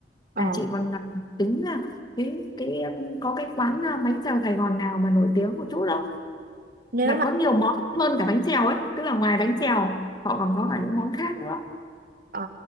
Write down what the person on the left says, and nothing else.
À chị còn à, tính là cái cái um, có cái quán à, bánh xèo Sài Gòn nào mà nổi tiếng một chút đâu.
Là có nhiều món hơn cả bánh xèo ấy, tức là ngoài bánh xèo họ còn có cả những món khác nữa.